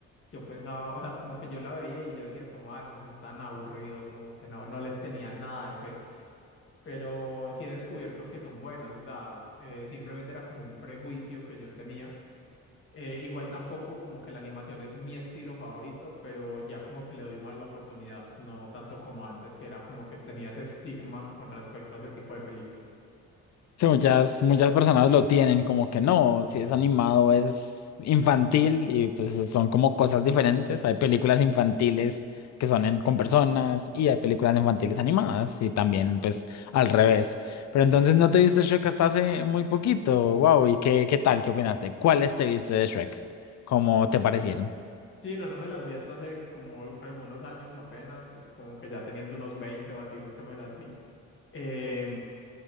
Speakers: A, on the left (about 40°); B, on the left (about 60°).
A: Yo pensaba, o sea, como que yo la veía y yo decía como, ah, eso se ve tan aburrido, como que no, no les tenía nada de fe pero sí he descubierto que son buenas, o sea, eh, simplemente era como un prejuicio que yo tenía. Eh, igual tampoco como que la animación es mi estilo favorito, pero ya como que le doy más la oportunidad, no tanto como antes, que era como que tenía ese estigma con respecto a ese tipo de películas.
B: Sí, muchas, muchas personas lo tienen como que no, si es animado es infantil y pues son como cosas diferentes. Hay películas infantiles que son en- con personas y hay películas infantiles animadas y también pues al revés. Pero entonces no te viste Shrek hasta hace muy poquito. Wow, ¿y qué, qué tal? ¿Qué opinaste? ¿Cuáles te viste de Shrek? ¿Cómo te parecieron?
A: Sí, no, no me las vi hasta hace como algunos años apenas, pues como que ya teniendo unos 20 o así fue que me las vi. Em,